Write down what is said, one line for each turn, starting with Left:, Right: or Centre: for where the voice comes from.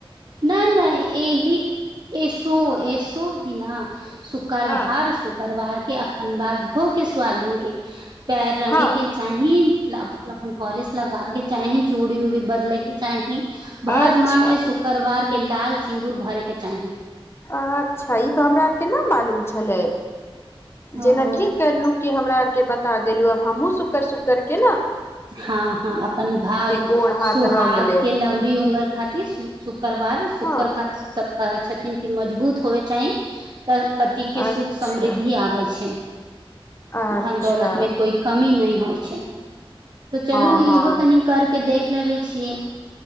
Right: नहि नहि एहिही एसो एस। तो भीना। शुक्रवार
Left: हँ
Right: शुक्रवार। के अपन बाद ध के सु्वगिन के। पैर रंगे
Left: हँ
Right: के चाही पॉलिश लगाबे के। चाही चूड़ी उूड़ी बदलेके चाही। भार
Left: अच्छा
Right: माँंगले सु। के लाल सिन्दूर भरे के। चाही
Left: अच्छा ई तऽ हमरा। केना मालूम छै। छललै।
Right: हँ
Left: जेना ठीक करलू कि हमरा। के बता देलू अब हमहु सुकर सुख कर के न। <unintelligible>
Right: हँ -हँ अपन भाग
Left: गोड़ हाथ
Right: सुहाग
Left: रंग लेब
Right: के लम्बी उमर। <unintelligible> खातिर सु -सु। <unintelligible> करकरवार शुकर
Left: हँ
Right: खा। <unintelligible> कहै छथिन कि मजबूत होय चाही। तऽ पति के
Left: अच्छा
Right: सुख समृद्धि आबै छै।
Left: अच्छा
Right: धन दौलत में कोइ कमी नहि हो। <unintelligible> होइ छै। <unintelligible> तऽ चलू
Left: हँ हँ
Right: इहो तनी करके देख। <unintelligible> लेबै छियै। <unintelligible>